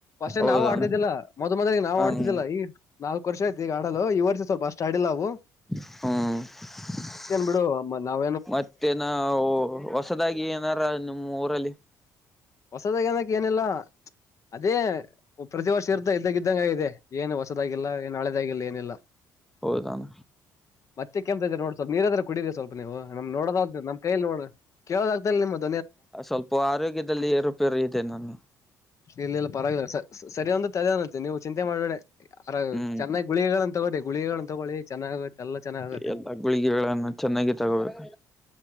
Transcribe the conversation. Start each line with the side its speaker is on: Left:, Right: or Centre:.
Left: ಸ್ಟ್
Centre: ಹೌದಾನ
Left: ನಾವು ಆಡ್ತಿದ್ದಿಲ್ಲ ಮೊದ ಮೊದಲಿಗೆ ನಾವು
Centre: ಹ್ಮ್
Left: ಆಡ್ತಿದ್ದಿಲ್ಲ ಈ ನಾಲ್ಕ ವರ್ಷ ಆಐತಿ ಈ ಆಡ ಈ ವರ್ಷ ಸ್ವಲ್ಪಷ್ಟ ಸ್ಟಾಡಿ ಲವು
Centre: ಹ್ಮ
Left: ಬಿಡು ನ
Centre: ಮತ್ತೇನ ಹೊಸದಾಗಿ ಏನಾರ ನಿಮ್ಮ್ ಊರಲ್ಲಿ
Left: ಹೊಸದ ನಕ ಏನಿಲ್ಲ ಅದೇ ಪ್ರತಿ ವರ್ಷ ಇರ್ತ ಇದ್ದಂಗ ಇದ್ದಂಗ ಇದೆ ಏನು ಹೊಸದಾಗಿಲ್ಲ ಏನು ಹಳೆದಾಗಿಲ್ಲ ಏನಿಲ್ಲ
Centre: ಹೌದಾನ
Left: ಮತ್ತೆ ಕೆಮ್ತ ಇದದೆ ನೋಡ್ ಸ್ವಲ್ಪ ನೀರಾದ್ರೆ ಕುಡಿದರಿ ಸ್ವಲ್ಪ ನೀವು ನಮ್ ನೋಡೋದ ನಮ್ೈಯಲ್ಲಿ ನೋ ಕೇಳವಾಗಗ್ತಲ್ಲ ಮತ್ತೆ
Centre: ಆ ಸ್ವಲ್ಪ ಆರೋಗ್ಯದಲ್ಲಿ ಏರುಪೇರು ಇದೆ ನಾನು
Left: ಇಲ್ಲ ಇಲ್ಲ ಪರವಾಗಿಲ್ಲ ಸರಿ ಅಂದ ಅದೇ ಅನತ್ತೆ ನೀವು ಚಿಂತೆ ಮಾಡ್ಬೇಡ ಅರ
Centre: ಹ್ಮ್
Left: ಚೆನ್ನಾಗ್ ಗುಳಿಗಳನ್ ತಗೋದೆೆ ಗುಳಿಗಳನ್ನ ತಗೊಳ್ಳಳಿ ಚೆನ್ನಾಗತ್ತ ಎಲ್ಲಾ ಚೆನ್ನಾಗಗತ್ತೆ
Centre: ಎಲ್ಲ ಗುಳಿಗೆಗಳನ್ನು ಚೆನ್ನಾಗಿ ತಗೋಬೇಕು